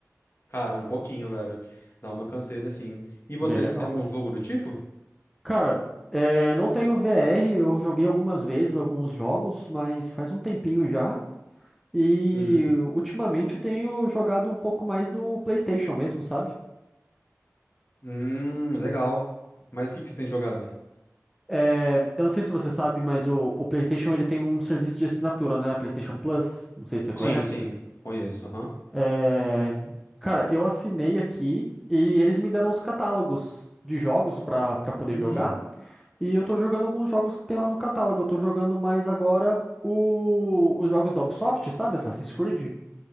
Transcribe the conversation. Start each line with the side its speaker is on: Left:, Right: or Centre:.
Left: Cara, um pouquinho, velho. Dá uma canseira, assim. E você,
Centre: Bem legal.
Left: você tem algum jogo do tipo?
Centre: Cara, é, não tenho VR, eu joguei algumas vezes alguns jogos, mas faz um tempinho já. E
Left: Uhum.
Centre: ultimamente eu tenho jogado um pouco mais no PlayStation mesmo, sabe?
Left: Hum, legal. Mas o que que você tem jogado?
Centre: É, eu não sei se você sabe, mas o, o PlayStation ele tem um serviço de assinatura, né? PlayStation Plus. Não sei se você conhece.
Left: Sim, sim, conheço, aham.
Centre: É, cara, eu assinei aqui e eles me deram os catálogos de jogos pra para poder
Left: Hum.
Centre: jogar. E eu tô jogando alguns jogos que tem lá no catálogo. Eu tô jogando mais agora o, os jogos da Ubisoft, sabe? Assassin's Creed.